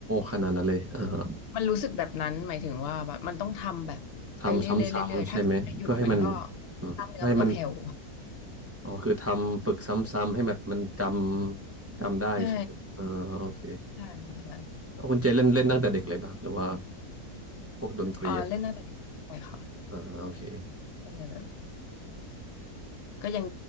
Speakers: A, on the right (about 20°); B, on the left (about 60°).
A: ขนาดนั้นเลยอ่าฮะ
B: มันรู้สึกแบบนั้นหมายถึงว่าแบบมันต้องทำแบบไปเรื่อยๆเรื่อยๆถ้าช่วงไหนหยุดมันก็
A: ทำซ้ำๆใช่ไหมเพื่อให้มันอืมเพื่อให้มัน
B: กล้ามเนื้อมันก็แผ่ว
A: อ๋อคือทำฝึกซ้ำๆให้แบบมันจำจำได้ใช่ไหมอ่าโอเค
B: ใช่ ใช่ค่ะใช่
A: เอาคุณเจเล่นเล่นตั้งแต่เด็กเลยป่ะหรือว่าพวกดนตรีอะ
B: เออเล่นตั้งแต่เด็กใช่ค่ะ
A: อ่าโอเค
B: ก็เลยแบบก็ยัง